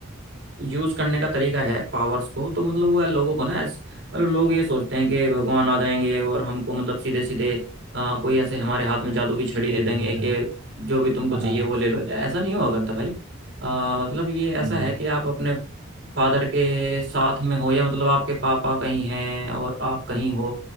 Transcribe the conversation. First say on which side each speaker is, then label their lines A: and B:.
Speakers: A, on the right (about 60°); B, on the right (about 80°).
A: यूज करने का तरीका है पावर्स को तो मतलब वो है लोगों को ना ऐस- मतलब लोग ये सोचते हैं कि भगवान आ जाएंगे और हमको मतलब सीधे सीधे आ, कोई ऐसे हमारे हाथ में जादू की छड़ी
B: दे
A: दे
B: देंगे
A: देंगे
B: हाँ
A: कि जो भी तुमको चाहिए
B: हाँ
A: वो ले
B: सही
A: लो ऐसा नहीं हुआ करता भाई आ, मतलब ये ऐसा
B: हम्म
A: है कि आप अपने फादर के साथ में हो या मतलब आपके पापा कहीं हैं और आप कहीं हो